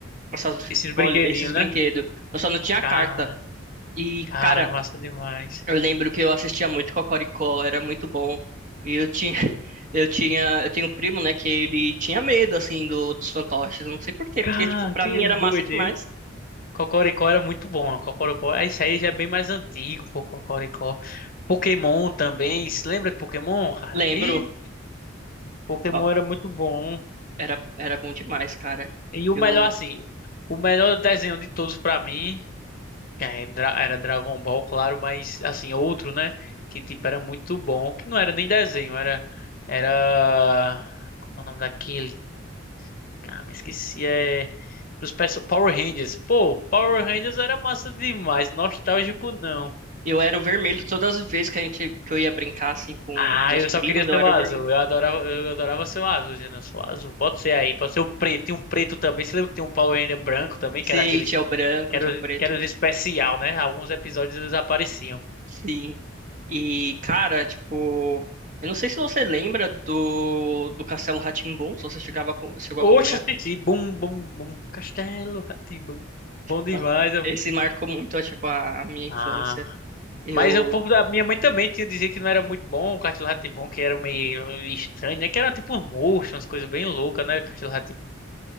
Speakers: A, on the right; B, on the left.
A: essas
B: Esses
A: boli-
B: brinquedinhos,
A: esses brinquedos.
B: né?
A: Eu só não tinha a
B: Cara,
A: carta. E,
B: cara,
A: cara,
B: é massa demais.
A: eu lembro que eu assistia muito Cocoricó, era muito bom. E eu tinha, <laughs> eu tinha, eu tenho um primo, né, que ele tinha medo, assim, do, dos fantoches. Não sei por quê,
B: Cara,
A: porque, tipo, pra
B: que
A: mim
B: doideira.
A: era massa demais.
B: Cocoricó era muito bom. né? Cocoricó, Ah, isso aí já é bem mais antigo, pô, Cocoricó. Pokémon também. Se lembra de Pokémon, cara?
A: Lembro,
B: Ih, Pokémon
A: no-
B: era muito bom.
A: era, era bom demais, cara.
B: E o
A: Eu,
B: melhor, assim, o melhor desenho de todos pra mim é Dra- era Dragon Ball, claro, mas, assim, outro, né? Que, tipo, era muito bom. Que não era nem desenho, era. Era. Qual é o nome daquele? Ah, me esqueci. É. Dos perso- Power Rangers. Pô, Power Rangers era massa demais. Nostálgico, não.
A: Eu era o vermelho todas as vezes que a gente que eu ia brincar assim com
B: Ah,
A: meus
B: eu
A: primos,
B: só queria ser
A: eu
B: o
A: era
B: azul.
A: o vermelho.
B: Eu adorava, eu adorava ser o azul, dizendo, eu sou o azul. Pode ser aí, pode ser o preto. Tem um preto também. Você lembra que tem um Power Ranger branco também,
A: Sim,
B: que era aqueles.
A: tinha o branco,
B: Que era
A: tinha
B: os,
A: o preto.
B: que era os especial, né? Alguns episódios eles apareciam.
A: Sim. E cara, tipo, eu não sei se você lembra do do Castelo rá tim se você chegava a co- chegou
B: Oxe,
A: a acompanhar.
B: assisti. Bum, bum, bum. Castelo, Rá-Tim-Bum. Bom demais.
A: Tá.
B: eu-
A: Esse marcou muito, tipo, a, a minha infância.
B: Ah.
A: Eu
B: Mas o povo da minha mãe também tinha dizer que não era muito bom o Castelo rá que era meio estranho, né? Que era tipo uns monstros, umas coisas bem loucas, né? Castelo rá